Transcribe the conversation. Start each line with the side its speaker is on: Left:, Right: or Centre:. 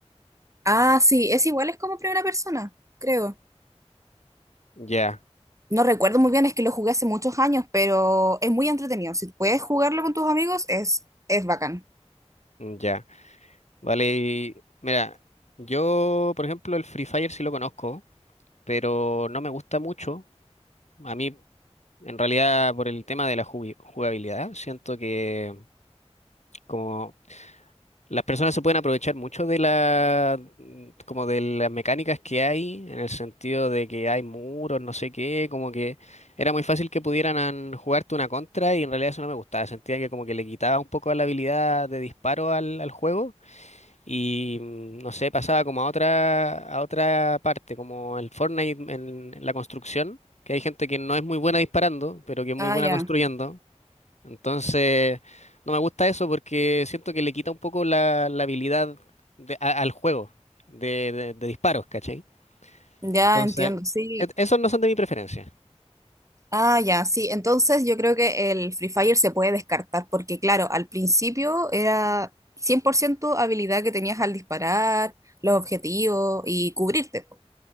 Right: Ah, sí, es igual, es como primera persona, creo.
Left: Ya,
Right: No recuerdo muy bien, es que lo jugué hace muchos años, pero es muy entretenido. Si puedes jugarlo con tus amigos, es, es bacán.
Left: ya. Vale, y mira, yo, por ejemplo, el Free Fire sí lo conozco, pero no me gusta mucho. A mí, en realidad, por el tema de la jugi- jugabilidad, siento que, como Las personas se pueden aprovechar mucho de la, mm, como de las mecánicas que hay, en el sentido de que hay muros, no sé qué, como que era muy fácil que pudieran an- jugarte una contra y en realidad eso no me gustaba. Sentía que como que le quitaba un poco la habilidad de disparo al, al juego y mm, no sé, pasaba como a otra, a otra parte, como el Fortnite en, en la construcción, que hay gente que no es muy buena disparando, pero que es muy
Right: Ah,
Left: buena
Right: ya.
Left: construyendo. Entonces, no me gusta eso porque siento que le quita un poco la, la habilidad de- a- al juego de, de- de disparos, ¿cachai?
Right: Ya
Left: Entonces,
Right: entiendo, sí.
Left: e- esos no son de mi preferencia.
Right: Ah, ya, sí. Entonces yo creo que el Free Fire se puede descartar, porque claro, al principio era 100% habilidad que tenías al disparar, los objetivos y cubrirte. po.